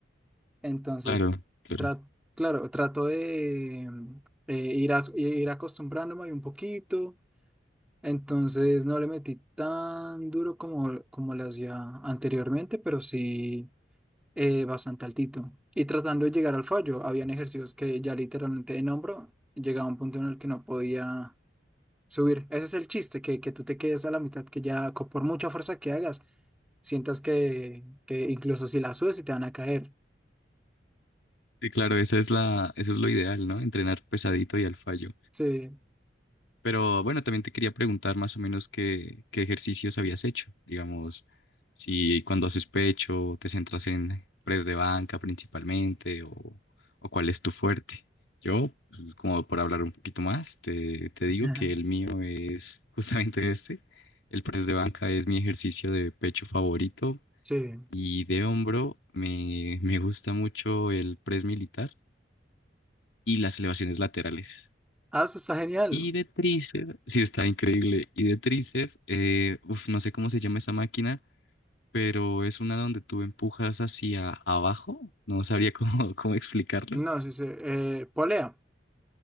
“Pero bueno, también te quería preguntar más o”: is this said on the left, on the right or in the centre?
Left